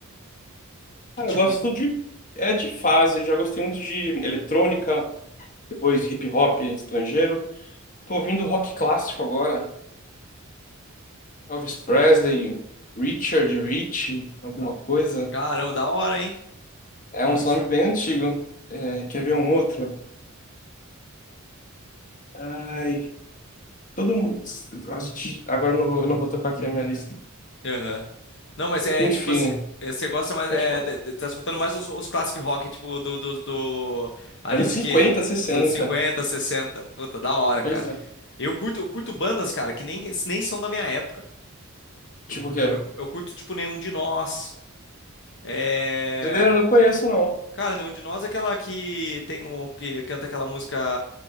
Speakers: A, on the left; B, on the left.
A: Que,
B: Cara,
A: tipo,
B: eu gosto de. É de fase, já gostei muito de eletrônica, depois hip hop estrangeiro. Tô ouvindo rock clássico agora. Elvis Presley, Richard Rich, alguma coisa.
A: caramba, da hora, hein?
B: É uns
A: Esse.
B: nomes bem antigos. É, quer ver um outro? Ai, todo mundo. A gente... Agora eu não vou, eu não vou tocar aqui a minha lista.
A: Aham. Não, mas é,
B: Enfim,
A: tipo, assim, é, você gosta mais,
B: pode
A: é,
B: falar.
A: de- de- tá escutando mais os, os classic rock, tipo, do, do, do, ali
B: Anos
A: do
B: 50,
A: quê?
B: 60.
A: Dos anos 50, 60. Puta, da hora,
B: Pois
A: cara.
B: é.
A: Eu curto, eu curto bandas, cara, que nem, nem são da minha época. Eu
B: Tipo
A: curto,
B: o quê?
A: eu, eu curto, tipo, Nenhum de Nós. É...
B: Brasileira? Não conheço, não.
A: Cara, Nenhum de Nós é aquela que tem um, que canta aquela música